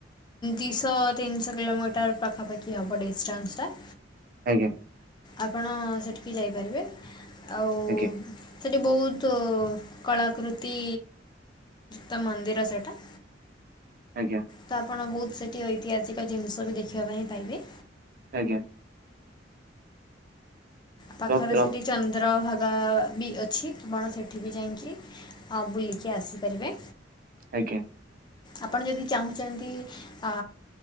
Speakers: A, on the left (about 25°); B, on the right (about 50°).
A: ଦିଶହ ତିନିଶହ କିଲୋମିଟର ପାଖାପାଖି ହବ ଡିଷ୍ଟାନ୍ସ ଟା।
B: ଆଜ୍ଞା।
A: ଆପଣ ସେଠିକି ଯାଇପାରିବେ ଆଉ।
B: ଆଜ୍ଞା।
A: ସେଠି ବହୁତ୍ କଳାକୃତି ତ ମନ୍ଦିର ସେଇଟା।
B: ଆଜ୍ଞା।
A: ତ ଆପଣ ବହୁତ ସେଠି ଐତିହାସିକ ଜିନିଷ ବି ଦେଖିବା ପାଇଁ ପାଇବେ।
B: ଆଜ୍ଞା।
A: ପାଖରେ
B: ର ର
A: ସେଠି ଚନ୍ଦ୍ର ଭାଗ ବ ବି ଅଛି ଆପଣ ସେଠି ବି ଯାଇକି ବୁଲିକି ଆସିପାରିବେ।
B: ଆଜ୍ଞା।
A: ଆପଣ ଯଦି ଚାହୁଁଛନ୍ତି ଆ